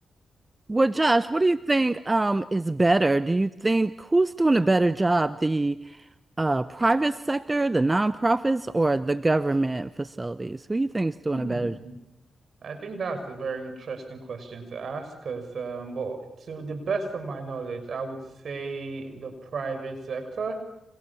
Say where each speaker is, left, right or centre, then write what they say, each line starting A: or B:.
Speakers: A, on the right; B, on the right.
A: Well, Josh, what do you think um, is better? Do you think who's doing a better job, the Uh, private sector, the nonprofits, or the government facilities? Who you think's doing
B: Hmm.
A: a better?
B: I think that's a very interesting question to ask because, um, but to the best of my knowledge, I would say the private sector.